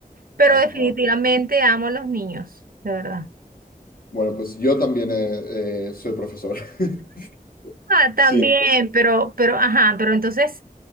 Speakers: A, on the right; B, on the left.
A: pero
B: ajá.
A: definitivamente amo a los niños, de verdad.
B: Bueno, pues yo también eh, eh, soy profesor. <laughs>
A: Ah, también,
B: Sí,
A: pero, pero, ajá, pero entonces,